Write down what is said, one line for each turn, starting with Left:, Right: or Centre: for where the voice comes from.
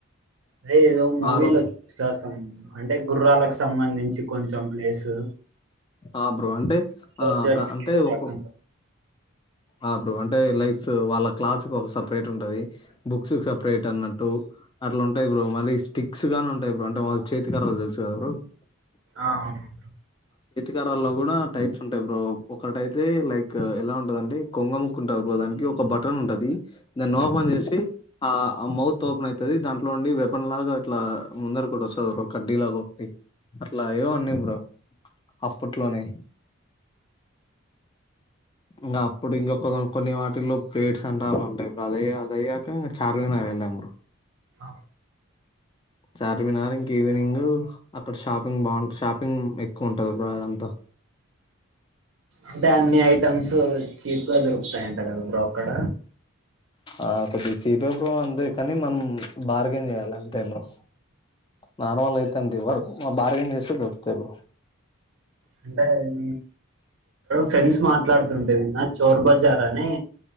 Right: అదే ఏదో మూవీలో
Left: రూమ్
Right: చూసా సం అంటే గుర్రాలకు సంబంధించి కొంచెం ప్లేసు
Left: ఆ బ్రో అంటే
Right: సోల్జర్స్
Left: ఆ అంటే
Right: కి ఏదో
Left: ఒక
Right: రకంగా
Left: ఆ బ్రో అంటే లైఫ్ క్లాస్ కు ఒక సపరేట్ ఉంటది బుక్స్ సపే రేట్ ఉన్నట్టు అట్లా ఉంటాయి బ్ర మళ్లి స తిక్స్ గానే ఉంటాయి బ్రో అంటే వాళ్ళ చేతి కర్రలు తెలుసు కదా బ్రో
Right: ఆ అవును
Left: కర్రల్లో కూడా టైప్స్ ఉంటాయి బ్రో ఒకటైతే లైక్ ఎలా ఉ ఉంటదండి కొంగ ముక్కు ఉంటారు బ్రో దానికి ఒక బటన్ ఉంటది దాన్ని ఓపెన్ చేసి ఆ ఆ మౌత్ ఓపెన్ ఐతది దాంట్లో ఉండి వెపన్ లాగా అట్లా ముందర కూడా వస్తుంది బ్రో కడ్డీ లాగా ఒకటి అట్లా ఏవో ఉన్నాయి బ్రో అప్పట్లోనే ఇంకా అప్పుడు ఇంకొక కొన్ని వాటిల్లో పేడ్స్ అంటరు అంటే అదయ అదయ్యాక చార్మినార్ వెళ్ళాం బ్రో
Right: అ
Left: చార్మినార్ ఇంకా ఈవినింగ్ అక్కడ షాపింగ్ బాగుంట షాపింగ్ ఎక్కువ ఉంటది బ్రో ఆడంతా
Right: అంటే అన్ని ఐటమ్స్ చీప్ గా దొరుకుతాయంట కదా బ్రో అక్కడ
Left: ఆ కొద్ది చీపే బ్రో అంతే కానీ మనం బార్గెన్ చేయాలి అంతే బ్రో నార్మల్ అయితే అంది ఎవ్వరు బార్గెన్ చేస్తే దొరుకుతాయ్ బ్రో
Right: అంటే మీ ఫ్రెండ్స్ మాట్లాడు తుంటే విన్న చోర్ బజారని